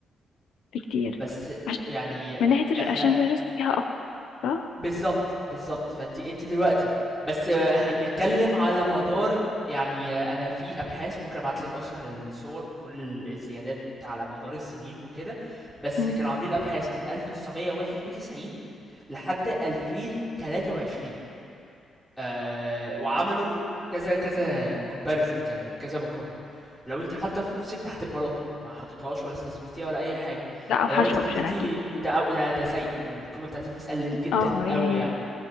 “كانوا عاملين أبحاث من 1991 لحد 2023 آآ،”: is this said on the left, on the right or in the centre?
Centre